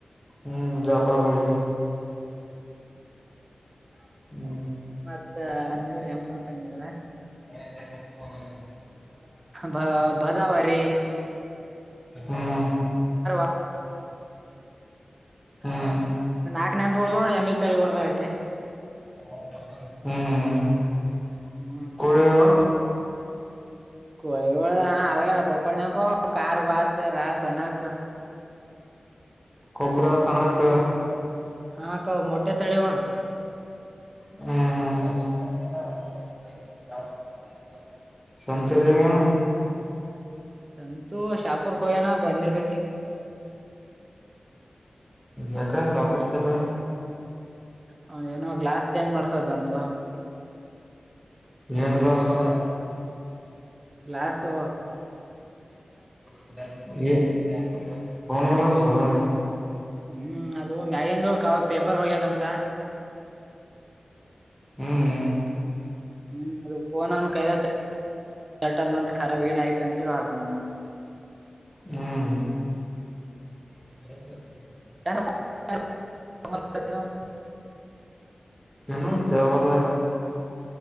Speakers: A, in the centre; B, on the right (about 40°).
A: ಹ್ಮ್ ಜಾಪರಭತಿ. <inaudible>
B: ಮತ್ತ ನಿಂದ್ರ ನೇನಪಾ ನಿಂದರ.
A: <inaudible>
B: ಬ ಬದಾವರಿ.
A: ಹ್ಮ್.
B: ಕಾರು.
A: ಹ್ಮ್.
B: ನಾಕ ನೆನಪು ಉಡ್ದ್ ನೋಡಿ ಎಮ್ಮಐ ತಳಿ ಹೊಡ್ದ ಆಟೀ.
A: ಹ್ಮ್ ಹ್ಮ್.
B: ಹ್ಮ್.
A: ಕೋಳಿಗಳು
B: ಕಳವಳ ಹಾ ಆ ಬಕಳ ನ ಪ ಕಾರ ಬಾಸ ರಾಸ ಅನಕ.
A: ಕೊಬ್ಬರ ಸಣಕ.
B: ಹಾ ಕೌ ಮಟೆ ತಳಿವಾಳ.
A: ಹ್ಮ್ ಹ್ಮ್. <unintelligible>
B: ಸಂತೂ ಶಾಪುರ್ ಕೊಯ್ಯನ ಬಂದಿರ್ಬೇಕ ಈಗ.
A: ಯಾಕ್ ಶಾಪೂರಕ ಯಾಕ ಹೋಗ್ಯಾನ.
B: ಅವದ ಏನೋ ಗ್ಲಾಸ್ ಚೇಂಜ್ ಮಾಡ್ಸದಂತ.
A: ಏನ ಗ್ಲಾಸು.
B: ಗ್ಲಾಸ್ಸೊ.
A: <unintelligible>
B: ಹ್ಮ್ ಅದು ಮ್ಯಾಗಿಂದು ಕ ಅವರ್ ಪೇಪರ್ ಹೋಗ್ಯದಂತ.
A: ಹ್ಮ ಹ್ಮ್.
B: ಹ್ಮ್ ಅದು ಫೋನ್ ಅನ್ ಕೈದ <unintelligible>
A: ಹ್ಮ್. <inaudible>
B: <unintelligible>
A: ಏನು ಹೇಳ್ವಾಲ್ರಿ.